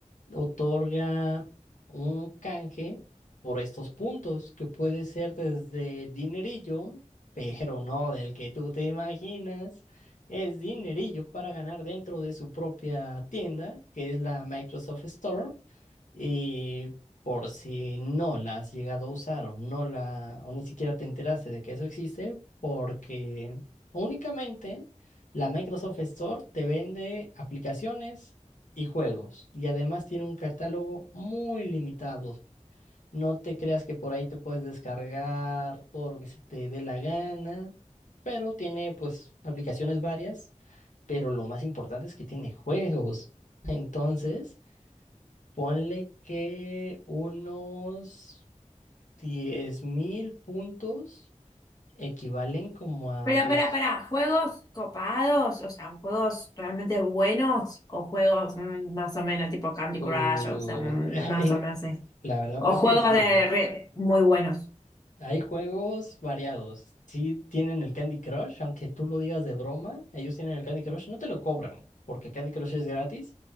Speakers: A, on the left; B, on the left.
A: otorga un canje por estos puntos, que puede ser desde dinerillo, pero no del que tú te imaginas. Es dinerillo para ganar dentro de su propia tienda, que es la Microsoft Store. Y por si no la has llegado a usar o no la, o ni siquiera te enteraste de que eso existe, porque únicamente la Microsoft Store te vende aplicaciones y juegos. Y además tiene un catálogo muy limitado. No te creas que por ahí te puedes descargar todo lo que se te dé la gana, pero tiene pues aplicaciones varias, pero lo más importante es que tiene juegos. <laughs> Entonces... Ponle que unos diez mil puntos equivalen como a
B: Pero
A: dos.
B: pará, pará, ¿juegos copados? O sea, ¿juegos realmente buenos? ¿O juegos mm, más o menos tipo Candy
A: uh,
B: Crush? O sea, mm,
A: <laughs> en-
B: más o menos. eh.
A: la verdad
B: O
A: es
B: juegos
A: que sí.
B: de
A: ¿eh?
B: red muy buenos.
A: Hay juegos variados. Sí tienen el Candy Crush, aunque tú lo digas de broma, ellos tienen el Candy Crush, no te lo cobran, porque Candy Crush es gratis.